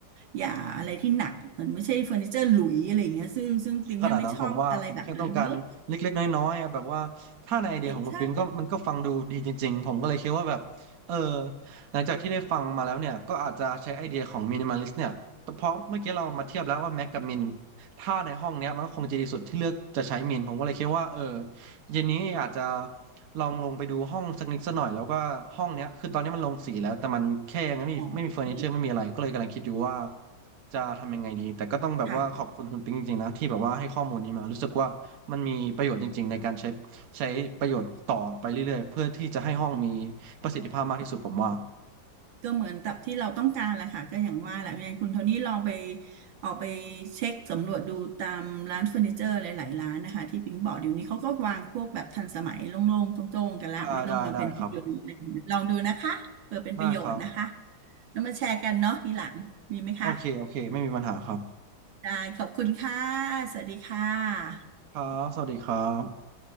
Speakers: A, on the right (about 80°); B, on the right (about 60°).
A: อย่าอะไรที่หนักมันไม่ใช่เฟอร์นิเจอร์หลุยอะไรเงี้ยซึ่งซึ่งปิงอะไม่ชอบอะไรแบบนั้นเลย
B: ขนาดนั้นผมว่าผมแค่ต้องการเล็กๆน้อยๆอะแบบว่าถ้าในไอเดียของคุณปิงก็มันก็ฟังดูดีจริงๆผมก็เลยคิดว่าแบบเออ
A: ใช่ใช่
B: หลังจากที่ได้ฟังมาแล้วเนี่ยก็อาจจะใช้ไอเดียของมินิมอลิสเนี่ยแต่เพราะเมื่อกี้เรามาเทียบแล้วว่าแม็กกับมินถ้าในห้องเนี้ยมันก็คงจะดีสุดที่เลือกจะใช้มินผมก็เลยคิดว่าเออ เย็นนี้อาจจะลองลงไปดูห้องสักนิดสักหน่อยแล้วก็ห้องเนี้ยคือตอนนี้มันลงสีแล้วแต่มันแค่ยังไม่มีไม่มีเฟอร์นิเจอร์ไม่มีอะไรก็เลยกำลังคิดอยู่ว่า
A: อ๋อโอเค
B: จะทำยังไงดีแต่ก็ต้องแบบว่าขอบคุณคุณปิ๊งจริงๆนะที่แบบว่าให้ข้อมูลนี้มารู้สึกว่ามันมีประโยชน์จริงๆในการใช้
A: ค่ะ
B: ใช้ประโยชน์ต่อไปเรื่อยๆเพื่อที่จะให้ห้องมีประสิทธิภาพมากที่สุดผมว่า
A: ก็เหมือนกับที่เราต้องการแหละค่ะก็อย่างว่าแหละยังไงคุณโทนี่ลองไปออกไปเช็คสำรวจดูตามร้านเฟอร์นิเจอร์หลายๆร้านนะคะที่ปิงบอกเดี๋ยวนี้เขาก็วางพวกแบบทันสมัยโล่งๆโจ้งๆกันละไม่ต้องมาเป็นผู้เดียวอะไรอย่างเงี้ยลองดูนะคะเผื่อเป็นประโยชน์นะคะ
B: ได้ได้ได้ครับได้ครับ
A: แล้วมาแชร์กันเนาะทีหลังดีไหมคะ
B: โอเคโอเคไม่มีปัญหาครับ
A: ได้ขอบคุณค่ะสวัสดีค่ะ
B: ครับสวัสดีครับ